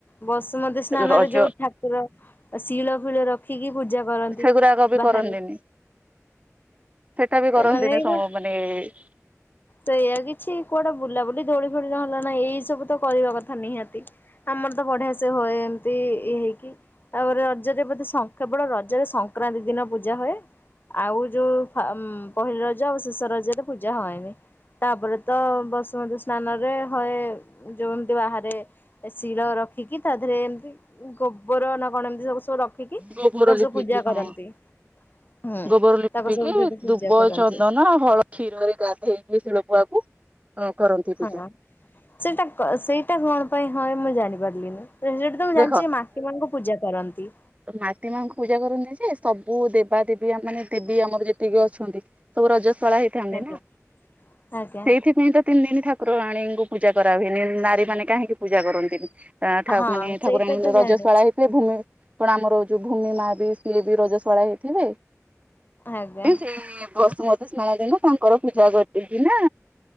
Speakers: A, on the left (about 40°); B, on the right (about 25°).
A: ବସମତ ସ୍ନାନରେ
B: ରଜ
A: ଯୋଉ ଠାକୁର ଶିଳ ଫିଳ ରଖିକି ପୂଜା କରନ୍ତି
B: ସେଗୁରାକ ବି
A: ବାହାରେ
B: କରନ୍ତିନି। ସେଟା ବି କରନ୍ତିନି
A: ସେ ମାନେ କ
B: ମାନେ
A: ତ ଏୟଆ କିଛି କୁଆଟା ବୁଲାବୁଲି ଦୋଳି ଫୋଳି ନ ହେଲା ନା ଏଇ ସବୁ ତ କରିବା କଥା ନିହାତି ଆମର ତ ବଢିଆ ସେ ହୁଏ ଏମତି ଇଏ ହେଇକି ତାପରେ ରଜରେ ବୋଧେ କେବଳ ରଜରେ ସଂକ୍ରାନ୍ତି ଦିନ ପୂଜା ହୁଏ। ଆଉ ଯୋଉ ପହିଲି ରଜ ଆଉ ଶେଷ ରଜରେ ପୂଜା ହୁଏନି। ତାପରେ ତ ବସୁମତୀ ସ୍ନାନରେ ହଏ ଯେମତି ବାହାରେ ଶିଳ ରଖିକି ତା ଦେହରେ ଏମିତି ଗୋବର ନା କଣ ଏମିତି ସବୁ ରଖିକି
B: ଗୋବର
A: ଦଶ
B: ଲିପିକି
A: ପୂଜା
B: ହଁ
A: କରନ୍ତି। ହୁଁ
B: ଗୋବର ଲିପିକି
A: ତାକୁ ସବୁ ସେଠି ପୂଜା
B: ଦୁବ
A: କରନ୍ତି
B: ଚନ୍ଦନ ହଳ କ୍ଷୀରରେ ଗାଧେଇକି ଶିଳପୁଆକୁ କରନ୍ତି ପୂଜା
A: ଆଜ୍ଞା ସେଇଟା ସେଇଟା କଣ ପାଇଁ ହଏ ମୁଁ ଜାଣିପାରିଲିନି। ତ ସେଇଠି ତ ମୁଁ
B: ଦେଖ
A: ଜାଣିଛି ମାଟି ମା'ଙ୍କୁ ପୂଜା କରନ୍ତି।
B: ମାଟି ମାଙ୍କୁ ପୂଜା କରନ୍ତି ଯେ ସବୁ ଦେବା ଦେବୀ ମାନେ ଦେବୀ ଆମର ଯେତିକି ଅଛନ୍ତି ସବୁ ରଜ ଶଳା ହେଇଥାନ୍ତି
A: ଆଜ୍ଞା
B: ନା
A: ଆଜ୍ଞା
B: ସେଇଥିପାଇଁ ତ ତିନି ଦିନ ଠା ପ୍ରଆ ଣୀଙ୍କୁ ପୂଜା କରାହୁଏନି ନାରୀମାନେ କାହିଁକି ପୂଜା କରନ୍ତିନି।
A: ହଁ
B: ମାନେ
A: ସେଇଟା
B: ଠାକୁରାଣୀ
A: ତ ଜାଣିଛି
B: ରଜଶାଳା ହେଇଥିଲେ ଭୂମି କଣ ଆମର ଯୋଉ ଭୂମି ମା ବି ସିଏ ବି ରଜଶଳା ହେଇଥିବେ।
A: ଆଜ୍ଞା
B: ସେଇ ବସୁମତୀ ସ୍ନାନଙ୍କୁ ତାଙ୍କର ପୂଜା କରିଛନ୍ତି ନା।